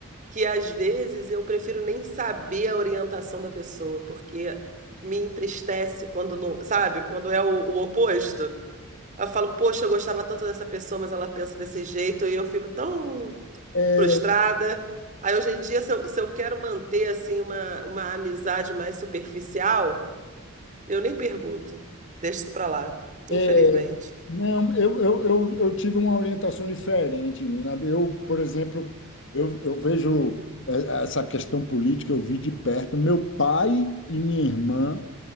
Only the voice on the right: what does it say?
que às vezes eu prefiro nem saber a orientação da pessoa, porque me entristece quando não, sabe? Quando é o, o oposto. Eu falo, poxa, eu gostava tanto dessa pessoa, mas ela pensa desse jeito e eu fico tão
frustrada. Aí hoje em dia, se eu, se eu quero manter assim uma, uma amizade mais superficial Eu nem pergunto. Deixa isso pra lá.
Infelizmente.